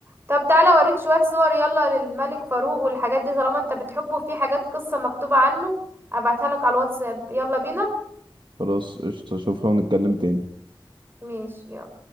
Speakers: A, on the right; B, on the right.
A: طب تعالى اوريك شوية صور يلا للملك فاروق والحاجات دي طالما انت بتحبه في حاجات قصة مكتوبة عنه ابعتها لك على الواتساب يلا بينا
B: خلاص قشطه اشوفها ونتكلم تاني
A: ماشي يلا